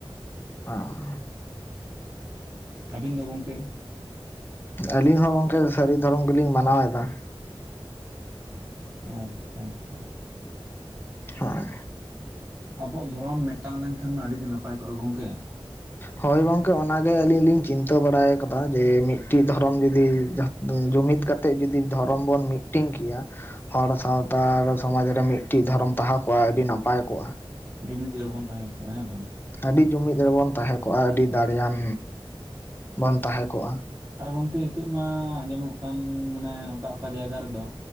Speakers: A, on the left (about 20°); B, on the right (about 35°).
A: ᱦᱮᱸ
B: ᱟᱹᱵᱤᱱ ᱫᱚ ᱜᱚᱢᱠᱮ
A: ᱟᱹᱞᱤᱧ ᱦᱚᱸ ᱜᱚᱝᱠᱮ ᱥᱟᱹᱨᱤ ᱫᱷᱚᱨᱚᱢ ᱜᱮᱞᱤᱧ ᱢᱟᱱᱟᱣ ᱮᱫᱟ᱾
B: ᱟᱪᱪᱷᱟ ᱟᱪᱪᱷᱟ
A: ᱦᱳᱭ
B: ᱟᱵᱚᱣᱟᱜ ᱫᱷᱚᱨᱚᱢ ᱢᱤᱫᱴᱟᱝ ᱞᱮᱱᱠᱷᱟᱱ ᱢᱟ ᱟᱹᱰᱤ ᱜᱮ ᱱᱟᱯᱟᱭ ᱠᱚᱜᱼᱟ ᱜᱚᱝᱠᱮ ᱾
A: ᱦᱳᱭ ᱜᱚᱝᱠᱮ ᱚᱱᱟᱜᱮ ᱟᱹᱞᱤᱧ ᱞᱤᱧ ᱪᱤᱱᱛᱟᱹ ᱵᱟᱲᱟᱭ ᱟᱠᱟᱫᱟ ᱡᱮ ᱢᱤᱫᱴᱤᱡ ᱫᱷᱚᱨᱚᱢ ᱡᱩᱫᱤ ᱡᱩᱢᱤᱫ ᱠᱟᱛᱮᱜ ᱡᱩᱫᱤ ᱫᱷᱚᱨᱚᱢ ᱵᱚᱱ ᱢᱤᱫᱴᱟᱝ ᱠᱮᱭᱟ᱾ ᱦᱚᱲ ᱥᱟᱶᱛᱟᱲ ᱥᱚᱢᱟᱡᱽ ᱨᱮ ᱢᱤᱫᱴᱤᱡ ᱫᱷᱚᱨᱚᱢ ᱛᱟᱦᱮᱸ ᱠᱚᱜᱼᱟ ᱟᱹᱰᱤ ᱱᱟᱯᱟᱭ ᱠᱚᱜᱼᱟ᱾
B: ᱡᱩᱢᱤᱫ ᱨᱮᱵᱚᱱ ᱛᱟᱦᱮᱸ ᱠᱚᱜᱼᱟ ᱦᱮᱸ ᱵᱟᱝ
A: ᱟᱹᱰᱤ ᱡᱩᱢᱤᱫ ᱨᱮᱵᱚᱱ ᱛᱟᱦᱮᱸ ᱠᱚᱜᱼᱟ ᱟᱹᱰᱤ ᱫᱟᱲᱮᱭᱟᱱ ᱵᱚᱱ ᱛᱟᱦᱮᱸ ᱠᱚᱜᱼᱟ᱾
B: ᱟᱨ ᱜᱚᱝᱠᱮ ᱱᱤᱛᱚᱜ ᱢᱟ ᱟᱸᱡᱚᱢᱚᱜ ᱠᱟᱱ ᱢᱟᱱᱮ ᱚᱠᱟ ᱚᱠᱟ ᱡᱟᱭᱜᱟ ᱨᱮᱫᱚ